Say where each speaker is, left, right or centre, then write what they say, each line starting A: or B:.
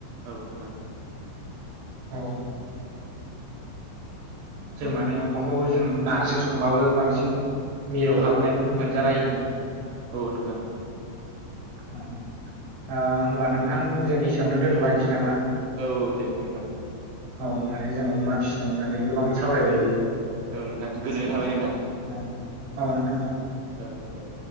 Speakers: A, on the right; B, on the right.
A: औ नोंथां
B: औ। जों माने अमाखौ जों नार्जि संबाबो बांसिन मिलोव
A: औ
B: हाबनाय मोनजालायोना
A: औ नोंथां।
B: ह ओ होमबा नोंथां जोंनि एसेयावनो दोन्थ'लायनोसै नामा
A: औ दे नोंथां
B: औ माने जों अमा फिसिनायनि बागै गोबां सावरायबायबो
A: औ नोंथां गोजोननाय थाबाय नोंथां
B: औ औ नोंथां औ
A: औ दे।